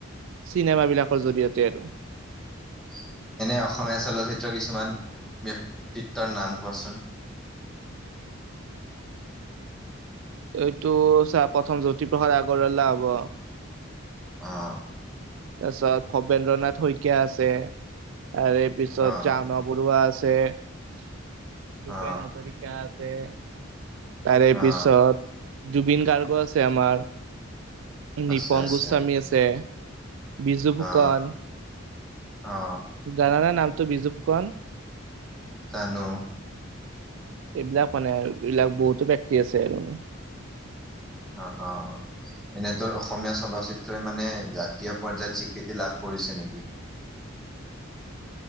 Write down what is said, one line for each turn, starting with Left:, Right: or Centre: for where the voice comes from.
Right: চিনেমা বিলাক বিলাকৰ জৰিয়তে আৰু।
Centre: <inaudible> এনে অসমীয়া চলচ্চিত্ৰৰ কিছুমান ব্যক্তিত্বৰ নাম কোৱাচোন?
Right: এইটো চা প্ৰথম জ্যোতিপ্ৰসাদ আগৰৱালা হ'ব।
Centre: অঁ
Right: তাৰপিছত ভবেন্দ্ৰ নাথ শইকীয়া আছে, তাৰে পিছত
Centre: অ
Right: জাহ্ন বৰুৱা আছে আছে ভূপেন
Centre: অ
Right: হাজৰিকা আছে তাৰে পিছত
Centre: অ
Right: জুবিন গাৰ্গো আছে আমাৰ
Centre: আছে
Right: নিপন
Centre: আছে
Right: গোস্বামী আছে বিজু ফুকন
Centre: অ অ
Right: জানানা নামটো বিজু ফুকন
Centre: জানো
Right: এইবিলাক মানে এইবিলাক বহুতো ব্যত্তি আছে আৰু মানে
Centre: অ অ অ এনেটো অসমীয়া চলচ্চিত্ৰই মানে জাতীয় পৰ্যায়ত স্বীকৃতি লাভ কৰিছে নেকি? <inaudible>